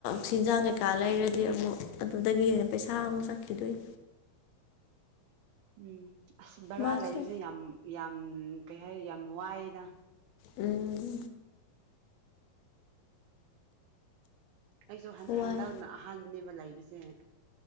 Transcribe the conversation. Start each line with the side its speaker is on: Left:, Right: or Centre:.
Left: ꯆꯤꯟꯖꯥꯡ ꯀꯩꯀꯥ ꯂꯩꯔꯗꯤ ꯑꯃꯨꯛ ꯑꯗꯨꯗꯒꯤ ꯍꯦꯟꯅ ꯄꯩꯁꯥ ꯑꯃꯨꯛ ꯀꯛꯈꯤꯗꯣꯏ
Right: ꯎꯝ ꯑꯁ ꯕꯔꯥ
Left: ꯃꯥꯁꯦ
Right: ꯂꯩꯔꯤꯁꯦ ꯌꯥꯝ ꯌꯥꯝ ꯀꯩ ꯍꯥꯏ ꯌꯥꯝ ꯋꯥꯏꯑꯦꯗ
Left: ꯎꯝ
Right: ꯑꯩꯁꯨ ꯍꯟꯗꯛꯅ
Left: ꯋꯥꯏ
Right: ꯑꯍꯥꯟꯕꯅꯦꯕ ꯂꯩꯕꯁꯦ